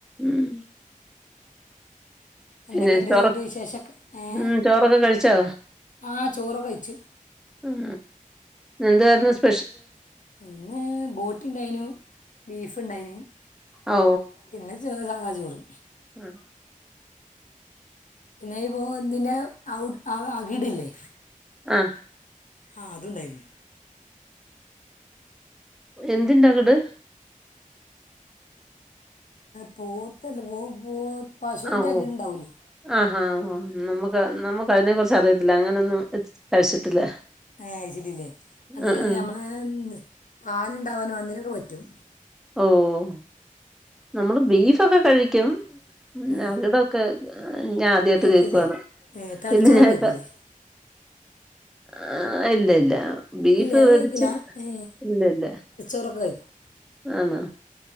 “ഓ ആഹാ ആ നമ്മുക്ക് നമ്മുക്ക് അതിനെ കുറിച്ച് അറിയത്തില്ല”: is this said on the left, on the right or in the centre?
Centre